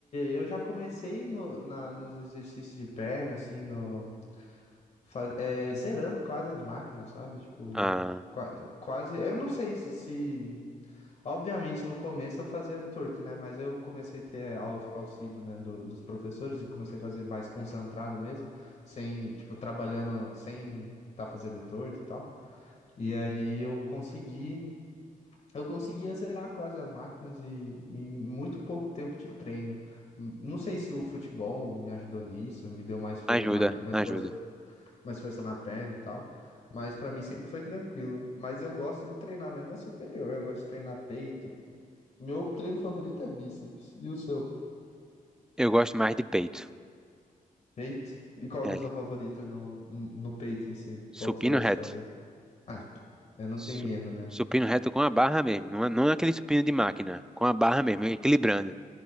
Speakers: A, on the left (about 50°); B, in the centre.
A: eu já comecei no, na, nos exercícios de perna, assim, no, faz, é, zerando quase as máquinas, sabe? Tipo,
B: Ah,
A: qua- quase. Eu não sei se, se- Obviamente, no começo eu fazia torto, né? Mas eu comecei a ter au- auxílio, né, do- dos professores e comecei a fazer mais concentrado mesmo, sem, tipo, trabalhando sem estar fazendo torto e tal. E aí eu consegui. Eu conseguia zerar quase as máquinas e em muito pouco tempo de treino. N- Não sei se o futebol me ajudou nisso, me deu mais, for-
B: ajuda,
A: mais, mais
B: ajuda.
A: força, mais força na perna e tal, mas pra mim sempre foi tranquilo. Mas eu gosto de treinar mesmo, é superior, eu gosto de treinar peito. Meu treino favorito é bíceps. E o seu?
B: Eu gosto mais de peito.
A: Peito? E qual
B: É,
A: que é o seu favorito no, no peito em si?
B: supino
A: Qual que você gosta
B: reto.
A: de fazer? Ah, eu não
B: Su-
A: tenho erro, né?
B: supino reto com a barra mesmo, não é, não é aquele supino de máquina, com a barra mesmo, equilibrando.